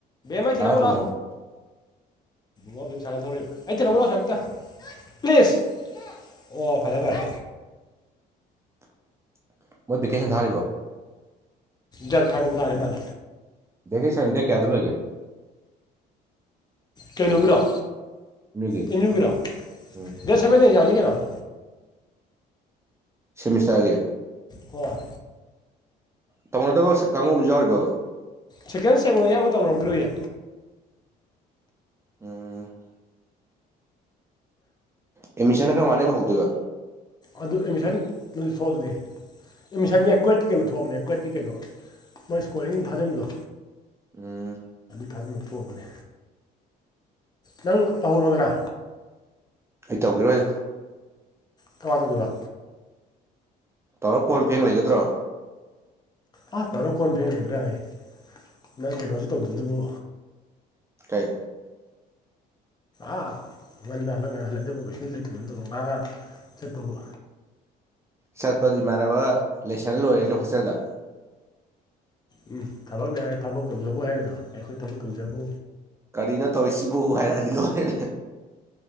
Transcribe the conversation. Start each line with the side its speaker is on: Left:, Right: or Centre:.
Left: ꯃꯥꯏꯊꯤꯂꯕꯨꯣ
Right: ꯇꯥꯔ ꯄꯨꯡꯉꯣꯕ
Left: ꯂꯣ ꯕꯕꯝ ꯁꯥꯒꯅ ꯊꯧꯕ ꯑꯩ ꯊꯅ ꯂꯥꯎꯁꯀꯠꯇ ꯄ꯭ꯂꯤꯖ ꯑꯣ ꯐꯔꯦ ꯐꯔꯦ
Right: <inaudible> ꯃꯣꯏ ꯦꯀꯦꯁꯟ ꯊꯥꯔꯔꯤꯕ
Left: ꯖꯜꯐꯥꯏ ꯀꯕ ꯁꯔꯦ ꯃꯜ
Right: ꯚꯦꯀꯦꯁꯟ ꯗꯦꯠ ꯀꯌꯥꯗ ꯂꯣꯏꯒꯦ
Left: ꯀꯩꯅꯣꯒꯤꯔꯣ
Right: ꯑꯦꯝꯌꯨꯒꯤ
Left: ꯑꯦꯝ ꯌꯨꯒꯤꯔꯣ
Right: ꯎꯝ
Left: ꯗ ꯁꯦꯕ ꯌꯦꯡ ꯌꯥꯅꯤ ꯀꯩꯅꯣ <inaudible>
Right: ꯁꯤꯃꯤꯁꯥꯒ
Left: ꯀ
Right: ꯇꯧꯅꯗꯕ ꯀꯥꯡꯕꯨꯁꯨ ꯌꯥꯎꯔꯤꯕꯕ
Left: ꯁꯦꯀꯦꯟ ꯁꯦꯡꯕꯅ ꯑꯌꯥꯝꯕ ꯇꯧꯅꯔꯝꯈꯤꯔꯣꯏꯌꯦ
Right: ꯎꯝ ꯑꯦꯠꯃꯤꯁꯟ ꯈꯔ ꯃꯅ ꯑꯃ ꯍꯧꯗꯣꯏꯕ
Left: ꯑꯗꯨ ꯑꯦꯃꯤꯁꯟ ꯅꯗꯤ ꯊꯣꯛꯑ ꯑꯗꯨꯗꯤ ꯑꯦꯃꯤꯁꯟꯁ ꯀ꯭ꯋꯦꯠꯀꯤ ꯀꯩꯅꯣ ꯊꯣꯛꯑꯕꯅꯦ ꯀ꯭ꯋꯠꯀꯤ ꯀꯩꯅꯣ ꯃꯣꯏ ꯏꯁꯀꯣꯔꯤꯡ ꯊꯥꯖꯤꯟꯕꯗꯣ
Right: ꯑꯝ
Left: ꯊꯥꯖꯟ ꯊꯣꯛꯑꯕꯅꯦ ꯅꯪ ꯇꯧꯍꯧꯔꯣꯗꯅ
Right: ꯑꯩ ꯇꯧꯈꯤꯔꯣꯏꯗ
Left: ꯊꯃ ꯆ ꯑꯗꯨꯔ
Right: ꯇꯥꯎꯔꯣ ꯀꯣꯟ ꯐꯦꯡ ꯂꯩꯒꯗ꯭ꯔꯣ
Left: ꯑꯥ ꯇꯧꯔꯣ ꯀꯣꯟ ꯐꯦꯡ ꯂꯩꯗ꯭ꯔꯥ ꯍꯥꯏ ꯅꯪ ꯀꯩꯅꯣꯁꯨ ꯇꯧꯗꯣꯏꯗꯨꯕꯨ
Right: ꯇꯥꯏ
Left: ꯑꯥ ꯉꯟꯅ ꯍꯜꯂꯛꯍ ꯂꯩꯖꯕ ꯀꯩꯁ ꯂꯩꯇꯦꯅ ꯇ ꯑ ꯆꯠꯠꯇꯧꯕ
Right: ꯆꯠꯄꯗ ꯏꯃꯥꯟꯅꯕ ꯂꯩꯁꯜꯂ ꯂꯣꯏꯔꯦꯅꯦ ꯍꯣꯁꯇꯦꯜꯗ
Left: ꯎꯝ ꯊꯕꯛꯅꯦ ꯊꯕꯛ ꯇꯧꯖꯕ ꯍꯥꯏꯔꯤꯅꯣ ꯑꯩꯈꯣꯏ ꯊꯕꯛ ꯇꯧꯖꯕ
Right: ꯀꯔꯤꯅꯣ ꯇꯧꯔꯤꯁꯤꯕꯨ ꯍꯥꯏꯔꯛꯑꯗꯤ ꯂꯣꯏꯔꯦꯅꯦ